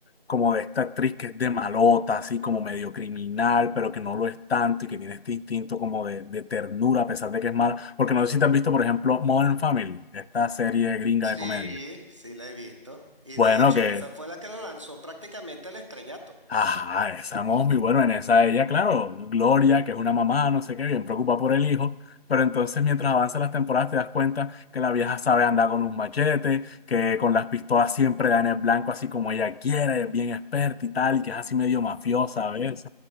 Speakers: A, on the left; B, on the right.
A: como de esta actriz que es de malota, así como medio criminal, pero que no lo es tanto y que tiene este instinto como de, de ternura a pesar de que es mala. Porque no sé si te has visto, por ejemplo, Modern Family, esta serie gringa
B: Sí,
A: de comedia.
B: sí la he visto. Y
A: Bueno,
B: de hecho,
A: que
B: esa fue la que la lanzó prácticamente al estrellato.
A: Ajá, esa muy bueno, en esa ella, claro, Gloria, que es una mamá, no sé qué, bien preocupada por el hijo, pero entonces mientras avanzan las temporadas te das cuenta que la vieja sabe andar con un machete, que con las pistolas siempre da en el blanco así como ella quiere, es bien experta y tal, y que es así medio mafiosa a veces.